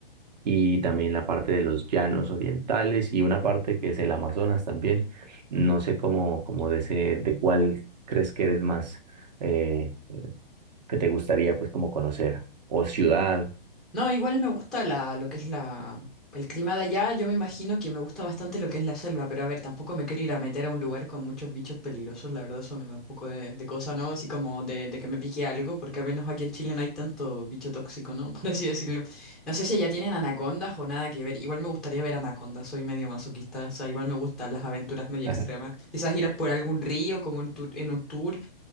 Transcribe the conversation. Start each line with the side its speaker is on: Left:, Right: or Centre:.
Right: y también la parte de los llanos orientales y una parte que es el Amazonas también. No sé cómo, cómo de ese, de cuál crees que eres más eh, eh, que te gustaría pues como conocer o ciudad.
Centre: No, igual me gusta la, lo que es la, el clima de allá. Yo me imagino que me gusta bastante lo que es la selva, pero a ver, tampoco me quiero ir a meter a un lugar con muchos bichos peligrosos. La verdad, eso me da un poco de, de cosa, ¿no? Así como de, de que me pique algo, porque al menos aquí en Chile no hay tanto bicho tóxico, ¿no? <laughs> Por así decirlo. No sé si allá tienen anacondas o nada que ver. Igual me gustaría ver anacondas. Soy medio masoquista. O sea, igual me gustan las aventuras medio
Right: <laughs>
Centre: extremas. Quizás ir a por algún río, como un tour- en un tour.